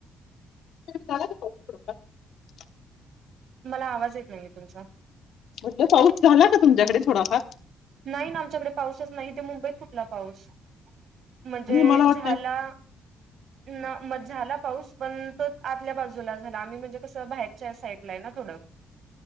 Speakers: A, on the left; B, on the right.
A: तुमच्या कड झाला का पाऊस थोडासा
B: मला आवाज येत नाहीये तुमचा
A: म्हणजे पाऊस झाला का तुमच्याकडे थोडा फार
B: नाही ना आमच्याकडे पाऊसच नाही ते मुंबईत कुठला पाऊस म्हणजे
A: नाही मला वाटतय
B: झाला ना म झाला पाऊस पण तो आतल्या बाजूला झाला आम्ही म्हणजे कसं बाहेरच्या साईडला आहे ना थोडं.